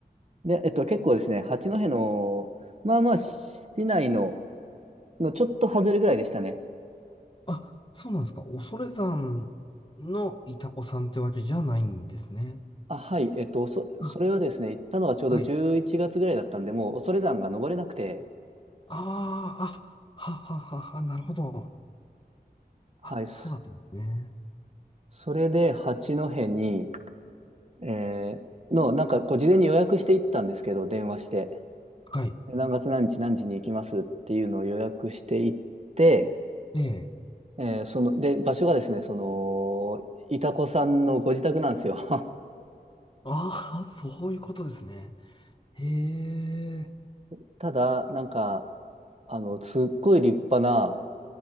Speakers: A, on the right (about 40°); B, on the left (about 30°).
A: で、えっと、結構ですね、八戸の、まあまあ、市内の、のちょっと外れぐらいでしたね。
B: あ、そうなんですか。恐山のイタコさんってわけじゃないんですね。
A: あ、はい、えっと、そ、それはですね、
B: あ、
A: 行ったのがちょうど11月ぐらいだったんで、
B: はい。
A: もう恐山が登れなくて、
B: ああ、あ、はははは、なるほど。
A: はい、
B: あ、
A: そ
B: そうだったんですね。
A: それで八戸に、えーの、なんかこう事前に予約していったんですけど、電話して。
B: はい。
A: で何月何日何時に行きますっていうのを予約していって、
B: ええ。
A: えーその、で、場所がですね、その、いたこさんのご自宅なんですよ。
B: ああ、そういうことですね。へえ。
A: <laughs> ただ、なんか、あの、すっごい立派な、